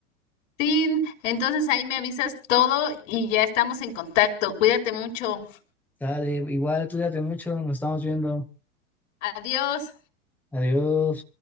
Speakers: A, on the left; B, in the centre.
A: Sí, entonces ahí me avisas todo y ya estamos en contacto. Cuídate mucho.
B: Dale, igual, cuídate mucho, nos estamos viendo.
A: Adiós.
B: Adiós.